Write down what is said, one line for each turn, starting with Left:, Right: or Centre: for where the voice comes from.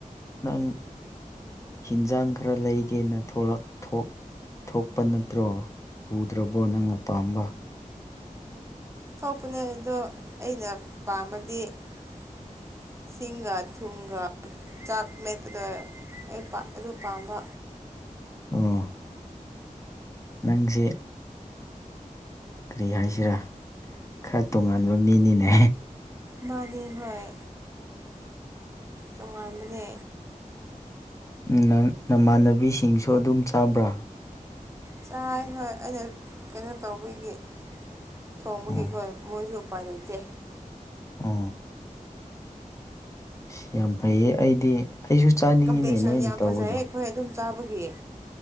Left: ꯅꯪ ꯍꯤꯟꯖꯥꯡ ꯈꯔ ꯂꯩꯒꯦꯅ ꯊꯂꯛ ꯊꯣꯛ ꯊꯣꯛꯄ ꯅꯠꯇ꯭ꯔꯣ ꯎꯗ꯭ꯔꯕꯣ ꯅꯪꯅ ꯄꯥꯝꯕ
Right: ꯊꯣꯛꯄꯅꯦ ꯑꯗꯣ ꯑꯩꯅ ꯄꯥꯝꯕꯗꯤ ꯁꯤꯁꯤꯡꯒꯥꯥ ꯊꯨꯡꯒꯥꯥ ꯆꯥꯛ ꯃꯦꯠꯄꯗꯣ ꯑꯩ ꯑꯗꯨ ꯄꯥꯝꯕ
Left: ꯑꯣ ꯅꯪꯁꯤ ꯀꯔꯤ ꯍꯥꯏꯁꯤꯔꯥ ꯈꯔ ꯇꯣꯉꯥꯟꯕ ꯃꯤꯅꯤꯅꯦ
Right: ꯃꯥꯅꯦ ꯍꯣꯏ ꯇꯣꯉꯥꯟꯕꯅꯦ
Left: ꯅꯪ ꯅꯃꯥꯟꯅꯕꯤꯁꯤꯡꯁꯨ ꯑꯗꯨꯝ ꯆꯥꯕ꯭ꯔꯥ
Right: ꯆꯥꯏ ꯍꯣꯏ ꯑꯩꯅ ꯀꯩꯅꯣ ꯇꯧꯕꯒꯤ ꯊꯣꯡꯕꯒꯤꯀꯣ
Left: ꯑꯣ
Right: ꯃꯣꯏꯁꯨ ꯎꯄꯥꯏ ꯂꯩꯇꯦ
Left: ꯑ ꯑꯁ ꯌꯥꯝ ꯐꯩꯌꯦ ꯑꯩꯗꯤ ꯑꯩꯁꯨ ꯆꯥꯅꯤꯡꯉꯤꯅꯦ
Right: ꯀꯝꯄ꯭ꯂꯦꯛꯁꯟ
Left: ꯅꯣꯏꯅ
Right: ꯌꯥꯝ
Left: ꯇꯧꯕꯗꯣ
Right: ꯐꯖꯩ ꯑꯩꯈꯣꯏ ꯑꯗꯨꯝ ꯆꯥꯕꯒꯤ